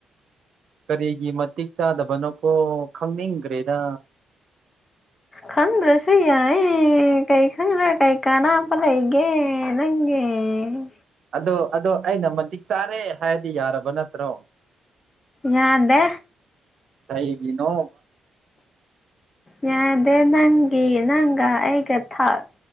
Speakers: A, on the right; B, on the left.
A: ꯀꯔꯤꯒꯤ ꯃꯇꯤꯛ ꯆꯥꯗꯕꯅꯣꯀꯣ ꯈꯪꯅꯤꯡꯈ꯭ꯔꯦꯗ
B: ꯈꯪ꯭ꯔ ꯁꯌꯥꯌꯦ ꯀꯩ ꯈꯪ꯭ꯔ ꯀꯩ ꯀꯥꯅꯥꯄ ꯂꯩꯩꯒꯦ ꯅꯪꯒꯤ ꯎꯝ
A: ꯑꯗꯣ ꯑꯗꯣ ꯑꯩꯅ ꯃꯇꯤꯛ ꯆꯥꯔꯦ ꯍꯥꯏꯔꯗꯤ ꯌꯥꯔꯕ ꯅꯠꯇ꯭ꯔꯣ
B: ꯌꯥꯥꯟꯗꯦ
A: ꯇꯩꯒꯤ ꯅꯣ
B: ꯌꯥꯗꯦ ꯅꯪꯒꯤ ꯅꯪꯒ ꯑꯩꯒ ꯊꯥꯛ